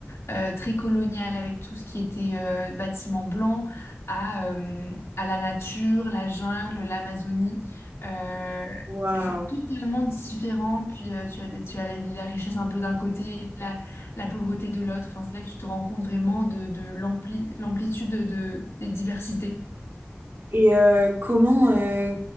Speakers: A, on the left (about 70°); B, on the right (about 50°).
A: euh, très coloniale avec tout ce qui était euh, bâtiments blancs à, euh, à la nature, la jungle, l'Amazonie. Euh,
B: Waouh.
A: enfin, totalement différent. Puis euh, tu as, des- tu as la, la richesse un peu d'un côté, la, la pauvreté de l'autre. Enfin, c'est là que tu te rends compte vraiment de, de l'ampli- l'amplitude de, des diversités.
B: Et euh, comment, euh,